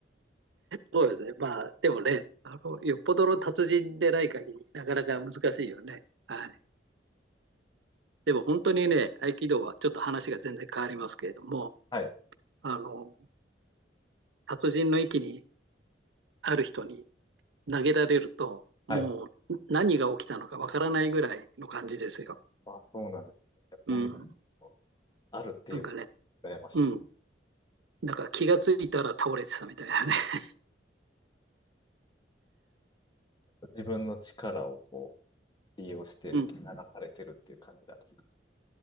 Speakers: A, on the right; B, on the left.
A: そうですね。まあ、でもね、あの、よっぽどの達人でない限り、なかなか難しいよね。はい。でも本当にね、合気道はちょっと話が全然変わりますけれども、
B: はい。
A: あの、達人の域にある人に投げられると、もう何が起きたのかわからないぐらいの感じですよ。
B: はい。あ、そうなんです。やっぱ投げたら
A: うん。
B: あるっていうの
A: なんかね、
B: が羨ましいです。
A: うん。だから気がついたら倒れてたみたいなね。<laughs>
B: 自分の力をこう利用して受け流されてるっていう感じだと。
A: うん。